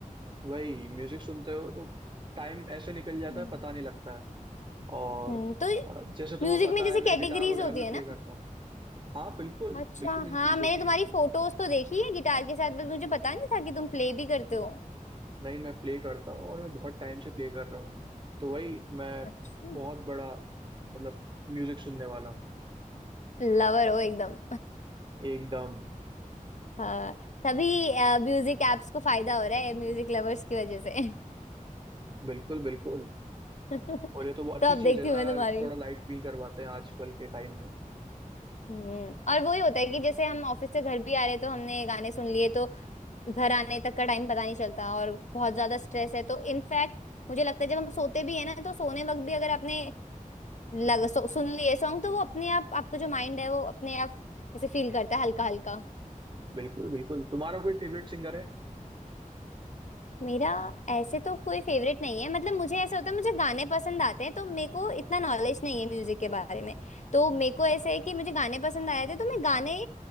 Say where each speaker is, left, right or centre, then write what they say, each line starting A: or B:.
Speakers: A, on the right; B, on the left.
A: वही म्यूजिक सुनते हो तो टाइम ऐसे निकल जाता
B: हम्म।
A: है पता नहीं लगता है और
B: हम्म तो
A: अ, जैसे तुम्हें
B: म्यूजिक
A: पता
B: में जैसे
A: है मैं
B: कैटेगरीज
A: गिटार वगैरह
B: होती
A: भी
B: है
A: प्ले
B: ना
A: करता हूँ हाँ बिल्कुल
B: अच्छा
A: बिल्कुल इंक्रीज
B: हाँ मैंने
A: होती
B: तुम्हारी
A: है
B: फोटोज तो देखी है गिटार के साथ बस मुझे पता नहीं था कि तुम प्ले भी करते हो
A: नहीं मैं प्ले करता हूँ और मैं बहुत टाइम से प्ले कर रहा हूँ तो वही मैं
B: अच्छा
A: बहुत बड़ा मतलब म्यूजिक सुनने वाला हूँ
B: लवर हो एकदम
A: एकदम
B: हाँ तभी म्यूजिक एप्स को फायदा हो रहा है म्यूजिक लवर्स की वजह से
A: बिल्कुल बिल्कुल
B: <laughs>
A: और ये तो बहुत
B: तो
A: अच्छी
B: अब
A: चीज़
B: देखती
A: है ना
B: हूँ
A: यार,
B: मैं तुम्हारी
A: थोड़ा लाइट फील करवाते हैं आजकल के टाइम में
B: हम्म और वही होता है कि जैसे हम ऑफिस से घर भी आ रहे हैं, तो हमने गाने सुन लिए तो घर आने तक का टाइम पता नहीं चलता और बहुत ज्यादा स्ट्रेस है तो इनफैक्ट मुझे लगता है जब हम सोते भी है ना तो सोने वक्त भी अगर आपने लग, सु, सुन लिए सॉन्ग तो वो अपने आप आपका जो माइंड है वो अपने आप ऐसे फील करता है हल्का हल्का
A: बिल्कुल बिल्कुल तुम्हारा कोई फेवरेट सिंगर है
B: मेरा ऐसे तो कोई फेवरेट नहीं है मतलब मुझे ऐसा होता है मुझे गाने पसंद आते हैं तो मेरे को इतना नॉलेज नहीं है म्यूजिक के बारे में तो मेरे को ऐसे है कि मुझे गाने पसंद आए थे तो मैं गाने